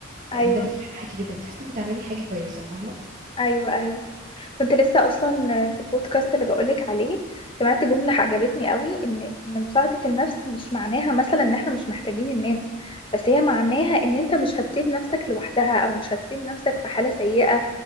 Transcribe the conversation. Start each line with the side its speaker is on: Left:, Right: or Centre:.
Right: لان
Left: ايوه
Right: ده بيفرق معاكي جدا بتحسي انك بتعملي حاجه كويسه فاهمه
Left: ايوه ايوه كنت لسه اصلا في البودكاست اللي بقولك عليه سمعت جمله عجبتني قوي ان ان مساعده النفس مش معناها مثلا ان احنا مش محتاجين الناس بس هي معناها ان انت مش هتسيب نفسك لوحدها او مش هتسيب نفسك في حاله سيئه